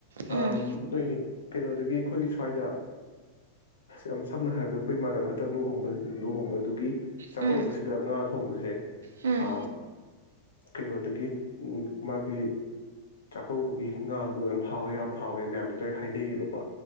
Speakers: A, on the right; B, on the left.
A: ꯎꯝ
B: ꯑ ꯅꯣꯏ ꯀꯩꯅꯣꯗꯒꯤ ꯑꯩꯈꯣꯏꯒꯤ ꯁ꯭ꯋꯥꯏꯗ ꯌꯥꯝ ꯁꯝꯅ ꯍꯥꯏꯔꯕꯗ ꯑꯩꯈꯣꯏ ꯏꯃꯥꯟꯅꯕ ꯍꯟꯗꯛ ꯂꯨꯍꯣꯡꯕ ꯂꯨꯍꯣꯡꯕꯗꯨꯒꯤ ꯆꯥꯛꯀꯧꯕꯁꯤꯗ
A: ꯎꯝ
B: ꯉꯥ ꯊꯣꯡꯕꯁꯦ
A: ꯎꯝ
B: ꯑ ꯀꯩꯅꯣꯗꯒꯤ ꯃꯥꯒꯤ ꯆꯥꯛꯀꯧꯕꯒꯤ ꯉꯥꯗꯣ ꯌꯥꯝ ꯍꯥꯎꯋꯦ ꯌꯥꯝꯅ ꯍꯥꯎꯋꯦ ꯃꯌꯥꯝꯁꯨꯦ ꯇꯣꯏꯅ ꯍꯥꯏꯅꯩꯌꯦꯕꯀꯣ